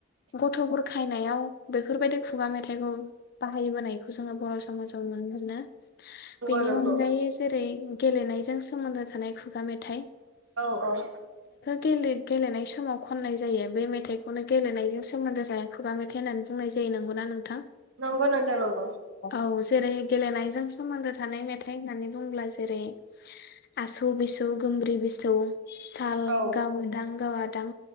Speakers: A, on the left (about 50°); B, on the right (about 75°).
A: गथ' बुर खायनायाव बेफोरबायदि खुगा मेथाइखौ बाहायबोनायखौ जोङो बर' समाजाव नुनो मोनो बेनि
B: नंगौ
A: अनगायै जेरै गेलेनायजों सोमोन्दो थानाय खुगा मेथाइ।
B: औ औ।
A: गेल गेलेनाय समाव खननाय जायो बे मेथाइखौनो गेलेनायजों सोमोन्दो थानाय खुगा मेथाइ होननानै बुंनाय जायो नंगौना नोंथां?
B: नंगौ नोंथां नंगौ।
A: औ जेरै गेलेनायजोंसो सोमोन्दो थानाय मेथाइ होननानै दंब्ला जेरै आसौ बिसौ गोमब्रि बिसौ। साल
B: औ
A: गावोदां गावादां